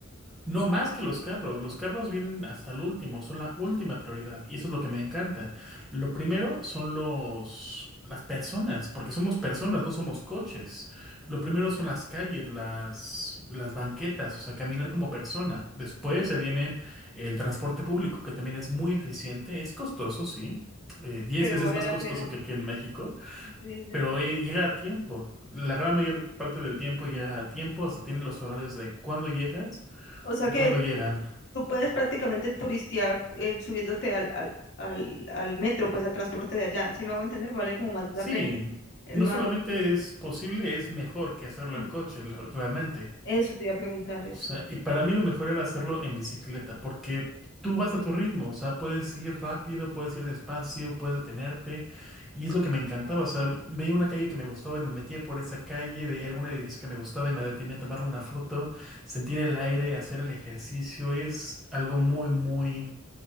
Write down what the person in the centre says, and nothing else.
No más que los carros. Los carros vienen hasta el último, son la última prioridad y eso es lo que me encanta. Lo primero son los las personas, porque somos personas, no somos coches. Lo primero son las calles, las las banquetas, o sea, caminar como persona. Después ya vienen el transporte público, que también es muy eficiente, es costoso, sí. eh, 10
veces
más
costoso
que aquí en México
Pero eh, llega a tiempo. La gran mayor parte del tiempo llega a tiempo, hasta tiene los horarios de cuándo llegas,
cuándo llegan.
Sí,
no
solamente es posible, es mejor que hacerlo
en coche, la- realmente.
O sea, y para mí lo mejor era hacerlo en bicicleta, porque tú vas a tu ritmo, o sea, puedes ir rápido, puedes ir despacio, puedes detenerte, y es lo que me encantaba, o sea, veía una calle que me gustaba y me metía por esa calle, veía algún edificio que me gustaba y me detenía a tomarle una foto, sentir el aire, hacer el ejercicio, es algo muy, muy